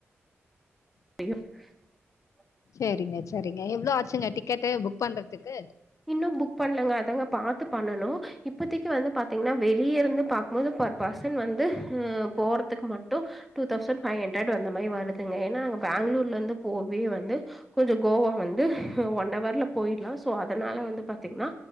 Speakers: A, in the centre; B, on the left.
A: <unintelligible>
B: சேரிங்க செரிங்க எவ்ளோ ஆச்சுங்க டிக்கெட் டு புக் பண்றத்துக்கு
A: இன்னு புக் பண்லங்க அதாங்க பாத்து பண்ணனு இப்பத்தைக்கு வந்து பாத்தீங்னா வெளிய இருந்து பாக்கும்போது பெர் பெர்சன் வந்து உம் போறத்துக்கு மட்டு two thousand five hundred அந்த மாரி வருதுங்க ஏனா அங்க பெங்களூர்ல இருந்து போகவே வந்து கொஞ்ச கோவா வந்து அஹ் ஒன் அவர்ல போயிற்லா சோ அதனால வந்து பாத்தீங்னா